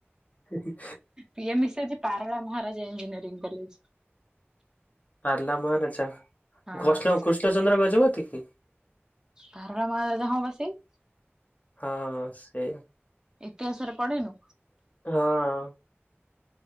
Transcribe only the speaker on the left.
ହି ହି।
ପାରଲା ମହାରାଜା <unintelligible>
କୃଷ୍ଣଚନ୍ଦ୍ର ଗଜପତି କି?
ହଁ ସେଇଆ।
ହଁ